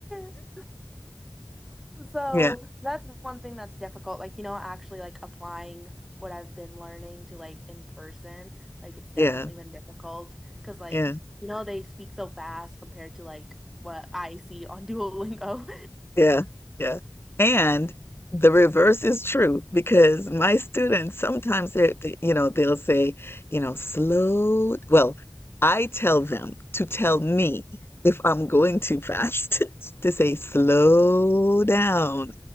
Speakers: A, in the centre; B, on the left (about 30°).
A: <laughs> So
B: Yeah.
A: that's one thing that's difficult. Like, you know, actually like applying what I've been learning to like in person, like it's definitely
B: Yeah.
A: been difficult because like,
B: Yeah.
A: you know, they speak so fast compared to like what I see on Duolingo.
B: Yeah, yeah. And the reverse is true because my students sometimes they, they- you know, they'll say, you know, slow. Well, I tell them to tell me if I'm going too fast <laughs> to say slow down.